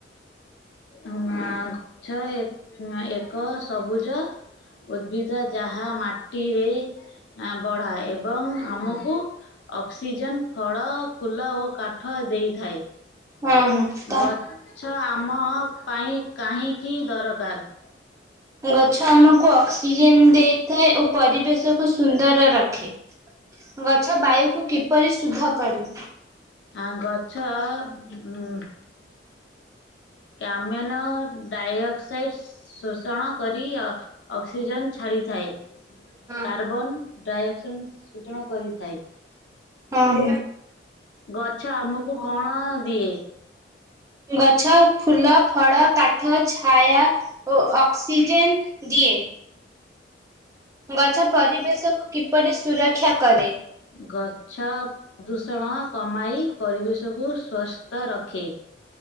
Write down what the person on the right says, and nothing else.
ହଁ ହଁ ତ
ଗଛ ଆମକୁ ଅକ୍ସିଜେନ ଦେଇଥାଏ। ଓ ପରିବେଶ କୁ ସୁନ୍ଦର ରଖେ। ଗଛ ବାୟୁକୁ କିପରି ଶୁଧ କରେ?
ହଁ
ହଁ।
ହଁ
ଗଛ ଫୁଲ ଫଳ କାଠ ଛାୟା ଓ ଅକ୍ସସିଜନ୍ ଦଏ। ଗଛ ପରିବେଶକୁ କିପରି ସୁରକ୍ଷା କରେ